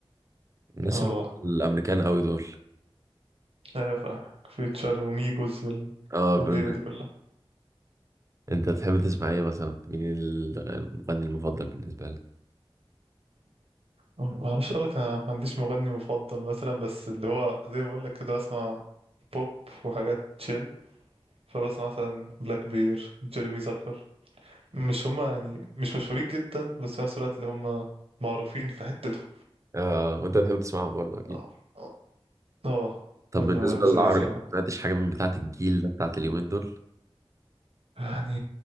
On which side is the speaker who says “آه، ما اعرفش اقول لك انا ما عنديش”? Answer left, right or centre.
Right